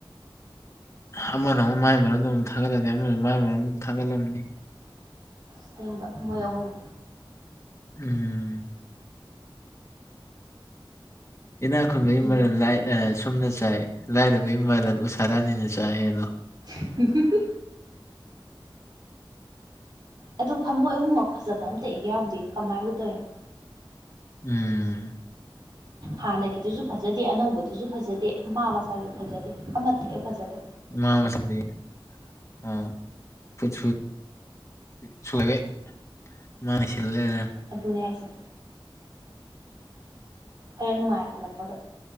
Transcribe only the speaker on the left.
ꯑꯃꯅ ꯑꯃꯨꯛ ꯃꯥꯏ ꯃꯔꯝꯗ ꯑꯃꯨꯝ ꯊꯥꯒꯠꯂꯅꯤ ꯑꯃꯅ ꯃꯥꯏ ꯃꯔꯝꯗ ꯑꯃꯝ ꯊꯥꯒꯠꯂꯝꯅꯤ
ꯎꯝ ꯏꯅꯥ ꯈꯪꯕꯒꯤ
ꯃꯔꯜ ꯂꯥꯏ ꯑꯦ ꯁꯨꯝꯅ ꯆꯥꯏ ꯂꯥꯏꯔꯕ ꯏꯃꯥꯔꯜ ꯎꯁꯥ ꯔꯥꯅꯤꯅ ꯆꯥꯏꯗꯣ꯫
ꯎꯝ
ꯃꯥ ꯃꯁꯗꯤ꯫ ꯑ ꯐꯨꯠ ꯁꯨꯗꯕꯩ꯫ ꯃꯅꯤ ꯂꯩꯔꯦ꯫